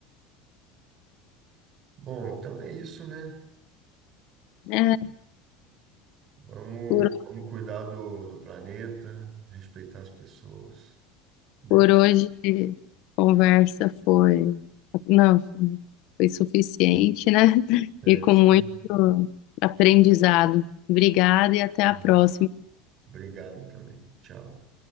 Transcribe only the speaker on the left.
É,
por,
por hoje, a conversa foi, não, foi suficiente, né? <laughs>
E com
muito
aprendizado. Obrigada e até a
próxima.